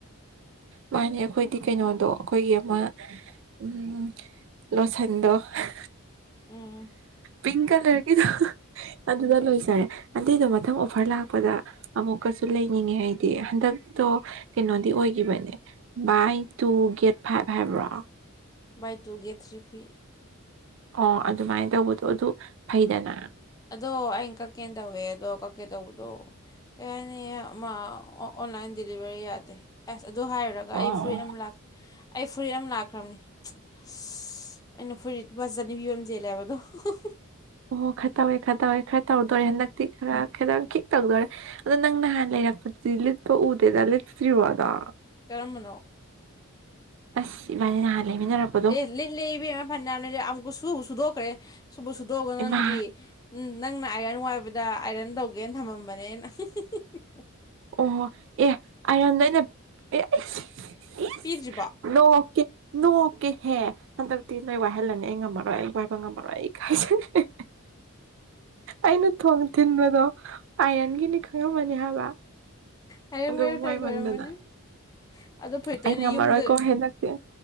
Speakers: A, on the right (about 60°); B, on the left (about 15°).
A: ꯃꯥꯅꯦ ꯑꯩꯈꯣꯏꯗꯤ ꯀꯩꯅꯣꯗꯣ ꯑꯩꯈꯣꯏꯒꯤ ꯑꯃ ꯎꯝ ꯂꯣꯁꯟꯗꯣ ꯍꯥ ꯍꯥ
B: ꯎꯝ
A: ꯄꯤꯡ ꯀꯂꯔꯒꯤꯗꯣ ꯑꯗꯨꯗ ꯂꯣꯏꯖꯔꯦ ꯑꯗꯨꯗꯣ ꯃꯊꯪ ꯑꯣꯐꯔ ꯂꯥꯛꯄꯗ ꯑꯃꯨꯛꯀꯁꯨ ꯂꯩꯅꯤꯡꯉꯦ ꯑꯩꯗꯤ ꯍꯟꯗꯛꯇꯣ ꯀꯩꯅꯣꯗꯤ ꯑꯣꯏ ꯒꯤꯕꯅꯦ ꯕꯥꯏ ꯇꯨ ꯒꯦꯠ ꯐꯥꯏꯚ ꯍꯥꯏꯕ꯭ꯔꯣ
B: ꯕꯥꯏ ꯇꯨ ꯒꯦꯠ ꯊ꯭ꯔꯤ ꯐ꯭ꯔꯤ
A: ꯑꯣ ꯑꯗꯨꯃꯥꯏꯅ ꯇꯧꯕꯗꯣ ꯑꯗꯨ ꯐꯩꯗꯅꯥ
B: ꯑꯗꯣ ꯑꯩꯅ ꯀꯛꯀꯦꯅ ꯇꯧꯋꯦ ꯑꯗꯣ ꯀꯛꯀꯦ ꯇꯧꯕꯗꯣ ꯀꯩ ꯍꯥꯏꯅꯤ ꯑꯃ ꯑꯣꯟꯂꯥꯏꯟ ꯗꯦꯂꯤꯚꯔꯤ ꯌꯥꯗꯦ ꯑꯦ ꯑꯗꯨ ꯍꯥꯏꯔꯨꯔꯒ ꯑꯩ
A: ꯑꯣ
B: ꯐꯨꯔꯤꯠ ꯑꯃꯔꯥ ꯑꯩ ꯐꯨꯔꯤꯠ ꯑꯃ ꯂꯥꯛꯈ꯭ꯔꯝꯅꯤ ꯑꯁ ꯑꯩꯅ ꯐꯨꯔꯤꯠ ꯂꯨꯄꯥ ꯆꯅꯤ ꯄꯤꯕꯃ ꯆꯦꯜꯂꯦ ꯍꯥꯏꯕꯗꯣ ꯍꯣ ꯍꯣ
A: ꯑꯣ ꯈꯠ ꯇꯧꯋꯦ ꯈꯔ ꯇꯧꯋꯦ ꯈꯔ ꯇꯧꯗꯣꯔꯦ ꯍꯟꯗꯛꯇꯤ ꯈꯔ ꯈꯔ ꯈꯤꯛ ꯇꯧꯗꯣꯔꯦ ꯑꯗꯣ ꯅꯪ ꯅꯍꯥꯟ ꯂꯩꯔꯛꯄ ꯗꯤ ꯂꯤꯠꯄ ꯎꯗꯦꯗ ꯂꯤꯠꯇ꯭ꯔꯤꯕꯣ ꯑꯗꯣ
B: ꯀꯔꯝꯕꯅꯣ
A: ꯑꯁꯤ ꯏꯕꯥꯅꯤ ꯅꯍꯥꯟ ꯂꯩꯃꯤꯟꯅꯔꯛꯄꯗꯣ
B: ꯑꯦ ꯂꯤꯠꯂꯦ ꯏꯕꯦꯝꯃ ꯐꯅ꯭ꯌꯥꯝ ꯂꯤꯠꯂꯦ ꯑꯃꯨꯛꯁꯨ ꯁꯨꯕꯨ ꯁꯨꯗꯣꯛꯈ꯭ꯔꯦ ꯁꯨꯕꯨ ꯁꯨꯗꯣꯛꯑꯒ ꯅꯪꯒꯤ
A: ꯏꯃꯥ
B: ꯅꯪꯅ ꯑꯥꯏꯔꯟ ꯅꯨꯡꯉꯥꯏꯕꯗ ꯑꯥꯏꯔꯟ ꯇꯧꯒꯦꯅ ꯊꯝꯃꯝꯕꯅꯦ ꯑꯩꯅ ꯍꯨꯡ ꯍꯨꯡ ꯍꯨꯡ ꯍꯨꯡ
A: ꯑꯣꯍꯣ ꯑꯦ ꯑꯥꯏꯔꯟꯗꯣ ꯑꯩꯅ ꯄꯦꯠ ꯁꯁ ꯏꯁ
B: ꯄꯤꯗ꯭ꯔꯤꯕꯣ ꯑꯥ
A: ꯅꯣꯛꯀꯦ ꯅꯣꯛꯀꯦꯍꯦ ꯍꯟꯗꯛꯇꯤ ꯅꯣꯏ ꯋꯥꯏꯍꯜꯂꯅꯤ ꯑꯩ ꯉꯝꯃꯔꯣꯏ ꯑꯩ ꯋꯥꯏꯕ ꯉꯝꯃꯔꯣꯏ ꯑꯩ ꯏꯀꯥꯏꯖꯔꯦ ꯍꯦ ꯍꯦ ꯑꯩꯅ ꯊꯣꯡ ꯊꯤꯟꯕꯗꯣ ꯑꯥꯏꯌꯟꯒꯤꯅꯤ ꯈꯪꯉꯝꯃꯅꯤ ꯍꯥꯏꯕ
B: ꯍꯌꯦꯡ
A: ꯑꯗꯨꯝ
B: ꯃꯣꯏꯔꯧ ꯇꯩ
A: ꯋꯥꯏꯃꯟꯗꯅ
B: ꯈꯣꯏꯔꯝꯃꯅꯤ ꯑꯗꯨ ꯐꯨꯔꯤꯠꯇꯣ
A: ꯑꯩ
B: ꯑꯩꯅ
A: ꯉꯝꯃꯔꯣꯏꯀꯣ
B: ꯌꯨꯝꯗ
A: ꯍꯟꯗꯛꯇꯤ